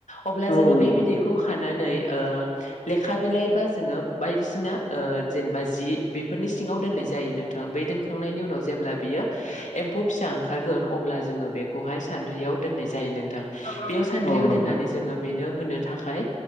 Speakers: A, on the left (about 85°); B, on the left (about 70°).
A: अब्ला
B: औ
A: जों
B: औ नोंथां
A: बिदैखौ खाना नानै ओ लेखा बिलाइ बा जोङो बायदिसिना ओ जेनेबा जि बेफोरनि सिङाव दोननाय जायो नोंथां बे दोनखां नायनि उनाव जेब्ला बियो एम्फौ फिसा ओंखारगोन गोन अब्ला जोङो बेखौ हाय सानद्रियाव दोननाय जायो‌ नोंथां।
B: थाङो
A: बेयाव सानद्रि
B: औ
A: याव
B: नोंथां
A: दोननानै जोङो बेनो होनो थाखाय